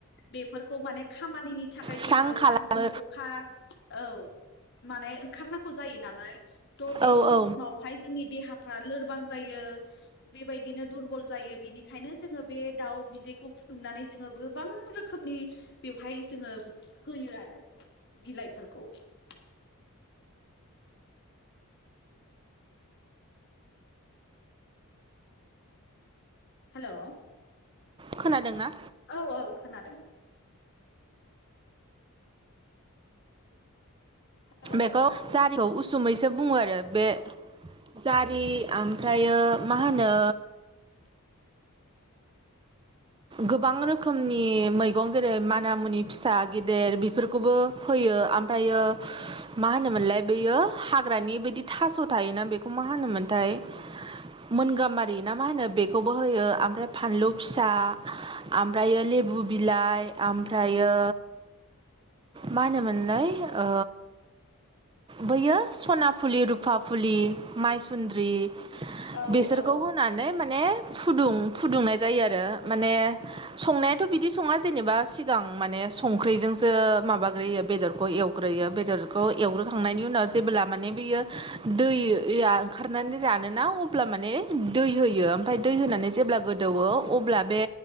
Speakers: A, on the left; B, on the right.
A: बेफोरखौ माने खामा खानिनि थाखाय
B: स्रां
A: जोङो
B: खालामो
A: सान्दुं अखा औ माने ओंखारनांगौ जायो नालाय थह बे
B: औ
A: समावहाय
B: औ
A: जोंनि देहाफ्रा लोरबां जायो। बेबायदिनो दुरबल जायो बिनिखायनो जोङो बे दाउ बिदैखौ फुदुंनानै जोङो बोबां गोबां रोखोमनि बेवहाय जोङो होयो आरो बिलाइफोरखौ <inaudible> हेल'
B: खोनादोंना
A: औ औ खोनादों हेल'
B: बेखौ जारिखौ उसुमैसो बुङो आरो बे जारि आमफ्रायो मा होनो
A: <inaudible>
B: गोबां रोखोमनि मैगं जेरै माना मुनि फिसा गेदेर बेफोरखौबो होयो ओमफ्रायो मा होनोमोनलाय बेयो हाग्रानि बायदि थास' थायोना बेखौ मा होनोमोन? मोनथाय मोनगाामारि ना मा होनो बेखौबो होयो ओमफ्राय फानलु फिसा आमफ्रायो लेबु बिलाइ ओमफ्रायो मा होनो मोनलाय ओ बैयो सना फुलि रुफा फुलि माइसुन्द्रि
A: औ
B: बिसोरखौ
A: औ
B: होनानै माने फुदुं फुदुंनाय जायो आरो माने संनायाथ' बिदि सङा जेनेबा सिगां माने संख्रै जोंसो ओ माबाग्रोयो बेदरखौ एवग्रोयो बेदरखौ एवग्रोखांनायनि उनाव जेबोब्ला माने बियो दैया ओंखारनानै रानोना अब्ला माने दै होयो ओमफाय दै होनानै जेब्ला गोदो -दौवो अब्ला बे